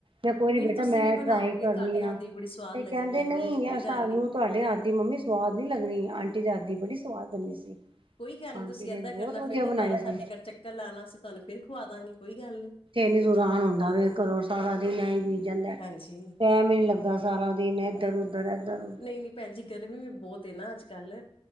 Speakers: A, on the right; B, on the left.
A: ਮੈਂ ਕੋਈ ਨੀ ਬੇਟਾ
B: ਤੁਸੀਂ
A: ਮੈਂ
B: ਵੀ
A: ਟਰਾਈ
B: ਬਣਾਓਗੇ
A: ਕਰਨੀ
B: ਤੁਹਾਡੇ
A: ਆ,
B: ਹੱਥ ਦੀ ਬੜੀ ਸਵਾਦ
A: ਤੇ ਕਹਿੰਦੇ
B: ਲੱਗੇਗੀ ਇਹੋ
A: ਨਹੀਂ
B: ਜਿਹੀ ਤੇ ਕੋਈ ਗੱਲ
A: ਸਾਨੂੰ
B: ਨੀ।
A: ਤੁਹਾਡੇ ਹੱਥ ਦੀ ਮੰਮੀ ਸਵਾਦ ਨੀ ਲੱਗਨੀ, ਆਂਟੀ ਦੇ ਹੱਥ ਦੀ ਬੜੀ ਸਵਾਦ ਬਨੀ ਸੀ।
B: ਕੋਈ ਗੱਲ ਨਹੀਂ,
A: ਆਂਟੀ
B: ਤੁਸੀਂ
A: ਨੇ
B: ਏਦਾਂ
A: ਬਹੁਤ
B: ਕਰਨਾ
A: ਵਧੀਆ
B: ਫਿਰ ਦੁਬਾਰਾ
A: ਬਣਾਈ
B: ਸਾਡੇ
A: ਸੀ
B: ਘਰ ਚੱਕਰ ਲਾਨਾ, ਅਸੀਂ ਤੁਹਾਨੂੰ ਫਿਰ ਖੁਵਾ ਦਾਂਗੇ ਕੋਈ ਗੱਲ ਨੀ।
A: ਏਨੀ ਦੂਰ ਆਨ ਹੁੰਦਾ ਵੇ, ਘਰੋਂ ਸਾਰਾ ਦਿਨ ਏ ਵੇ ਈ ਜਾਂਦਾ,
B: ਹਾਂਜੀ
A: ਟੈਮ ਹੀ ਨੀ ਲੱਗਦਾ ਸਾਰਾ ਦਿਨ ਏਧਰ-ਉਧਰ, ਏਧਰ-ਉਧਰ।
B: ਨਈ-ਨਈ ਭੈਣ ਜੀ ਗਰਮੀ ਵੀ ਬਹੁਤ ਏ ਨਾ ਅੱਜ ਕੱਲ।